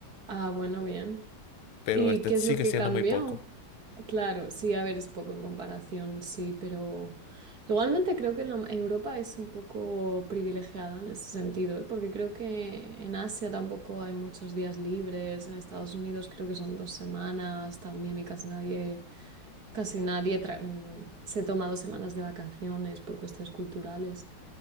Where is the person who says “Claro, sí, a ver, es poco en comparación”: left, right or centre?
Right